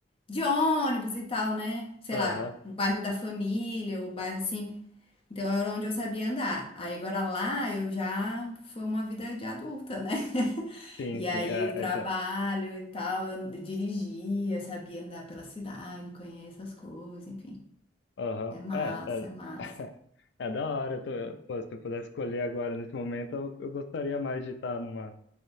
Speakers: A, on the left; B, on the left.
A: de ônibus e tal, né? Sei
B: Aham,
A: lá, o bairro da família, o bairro assim. Então era onde eu sabia andar. Aí agora lá eu já foi uma vida de adulta, né? <laughs>
B: sim,
A: E
B: sim.
A: aí
B: É,
A: o trabalho
B: é, então.
A: e tal, eu dirigia, sabia andar pela cidade, conheço as coisas, enfim.
B: Aham.
A: É massa,
B: É, é.
A: é massa.
B: <laughs> É da hora. eu tô- pô, se eu pudesse escolher agora, nesse momento, eu, eu gostaria mais de estar numa